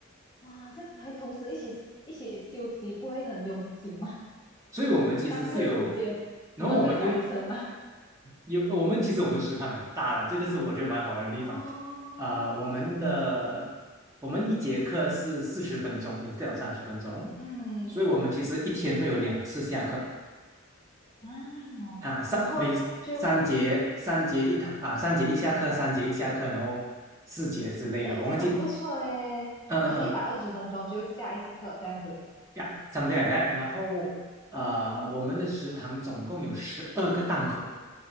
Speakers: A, on the left; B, on the right.
A: 哇，这样子还同时一起一起休息，不会很拥挤吗？
B: 所以我们其实是有。
A: 上课时间你们会塞车吗？
B: 然后我们因为有呃我们其实我们食堂很大啦，这个是我觉得蛮好玩的地方。
A: 哦，
B: 啊、我们的我们一节课是四十分钟，instead of 三十分钟，
A: 嗯
B: 所以我们其实一天会有两次下课
A: 啊，
B: 啊，三每三节三节一堂啊，
A: 然后就
B: 三节一下课，三节一下课，然后四节之类的，
A: 哎，诶这样很不错哎，
B: 我忘记，嗯嗯嗯
A: 就是一百二十分钟就下一次课这样子。
B: 呀，something like that。然后呃，
A: 哦，
B: 我们的食堂总共有十二个档口，